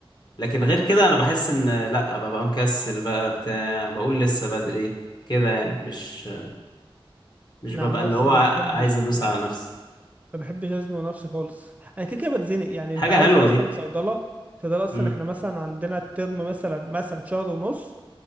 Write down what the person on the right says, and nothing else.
أنا
عن نفسي
ما
بحبش
ما بحبش ازنق نفسي خالص انا كده كده بتزنق يعني
انت عارف
اصلا
صيدله صيدله اصلا
احنا مثلا عندنا الترم مثلا مثلا شهر ونص